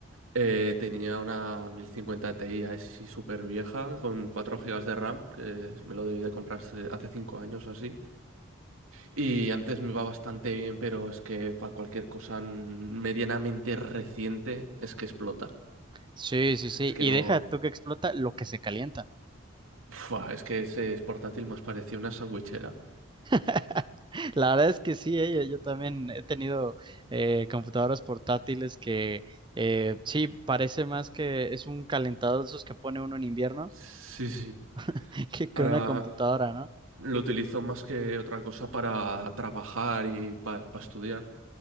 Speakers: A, on the right; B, on the right.
A: eh, tenía una mil cincuenta Ti así súper vieja con 4 gigas de RAM, que me lo debí de comprar hace hace 5 años o así. Y antes me iba bastante bien, pero es que para cualquier cosa medianamente reciente es que explota.
B: Sí, sí, sí,
A: Es que
B: y
A: no...
B: deja tú que explota lo que se calienta.
A: Fua, es que ese portátil más parecía una sandwichera.
B: <laughs> La verdad es que sí, eh, Yo yo también he tenido eh, computadoras portátiles que eh, sí, parece más que es un calentador de esos que pone uno en invierno
A: Sí, sí.
B: <laughs> que, que
A: Ahora
B: una computadora, ¿no?
A: lo utilizo más que otra cosa para trabajar y para estudiar.